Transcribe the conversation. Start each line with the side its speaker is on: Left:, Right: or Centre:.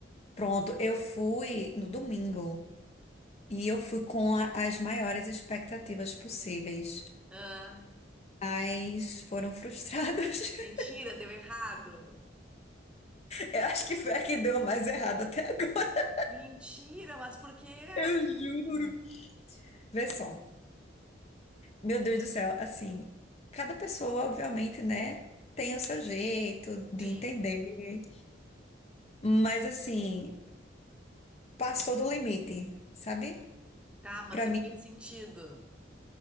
Left: Pronto, eu fui no domingo e eu fui com a- as maiores expectativas possíveis,
Centre: Hã?
Left: mas foram frustradas. <laughs>
Centre: mentira, deu errado.
Left: Eu acho que foi a que deu mais errado até agora.
Centre: Mentira, mas por quê?
Left: <laughs> Eu juro. Vê só. Meu Deus do céu, assim, cada pessoa, obviamente, né, tem o seu jeito de
Centre: Sim.
Left: entender. Mas assim, passou do limite, sabe?
Centre: Tá, mas
Left: Pra
Centre: em
Left: mim,
Centre: que sentido?